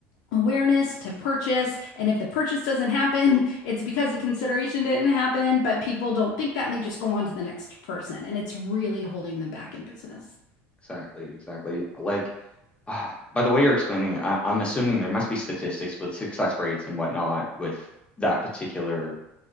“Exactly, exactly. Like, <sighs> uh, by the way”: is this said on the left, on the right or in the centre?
Left